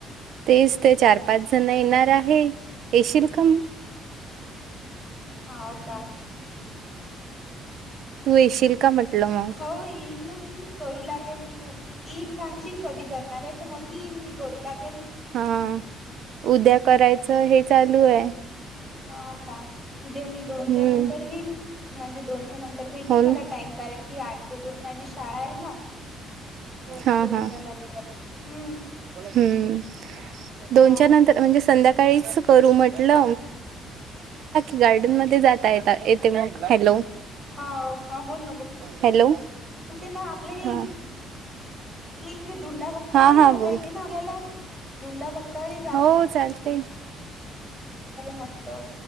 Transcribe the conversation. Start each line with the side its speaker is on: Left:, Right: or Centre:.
Right: तेच ते चार पाच जण येणार आहे येशील का म
Centre: हा हो का हम्म हम्म
Right: तू येशील का म्हटलं मग
Centre: हो येईल ना मी करू लागेल येईन सांग कधी करणार तर मग मी करू लाग
Right: हा उद्या करायचं हे चालू आहे
Centre: हा हो का, उद्या मी दोनच्या
Right: हम्म
Centre: नंतर येईल, म्हणजे दोनच्या नंतर भेटील
Right: हो
Centre: मला
Right: ना
Centre: टाइम कारे, कि आठ ते दोन माझी शाळा आहे ना. मग
Right: हा
Centre: दोनच्या
Right: हा
Centre: नंतर हम्म
Right: हम्म,
Centre: हा
Right: दोनच्या नंतर म्हणजे संध्याकाळीच करू म्हटलं, <unintelligible>
Centre: हा हा बोल
Right: हॅलो
Centre: ना आपल्या
Right: हा
Centre: इकडे धुंडा भक्तावरही
Right: हा हा
Centre: जाता
Right: बोल
Centre: येते, ना आपल्याला धुंडा भक्, तरी
Right: हो चालते
Centre: मस्त